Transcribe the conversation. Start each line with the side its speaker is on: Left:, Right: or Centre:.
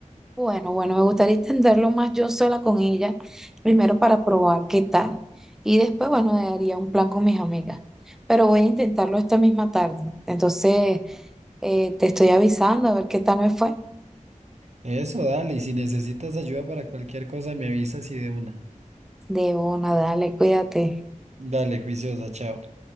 Centre: Bueno, bueno, me gustaría intentarlo más yo sola con ella, primero para probar qué tal. Y después, bueno, haría un plan con mis amigas. Pero voy a intentarlo esta misma tarde. Entonces, eh, te estoy avisando a ver qué tal me fue.
Right: Eso, dale, y si necesitas ayuda para cualquier cosa, me avisas y de una.
Centre: De una, dale, cuídate.
Right: Dale, juiciosa, chao.